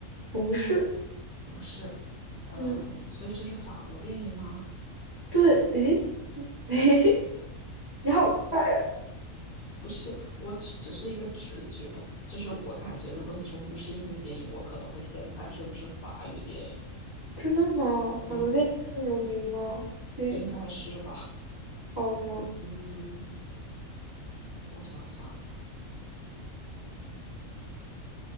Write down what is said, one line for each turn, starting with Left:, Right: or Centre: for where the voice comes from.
Right: 是不是，
Left: 不是。呃，
Right: 嗯，
Left: 所以这是法国电影吗？
Right: 对，哎，<laughs> 嘿你好帅呀！
Left: 不是，我只只是一个直觉，就是我感觉，如果你说不是英语电影，我可能会先猜是不是法语电影。
Right: 真的吗？假如电影这么有名吗？
Left: 嗯，
Right: 嘿，
Left: 应该是吧。
Right: 好吗？
Left: 嗯，我想想，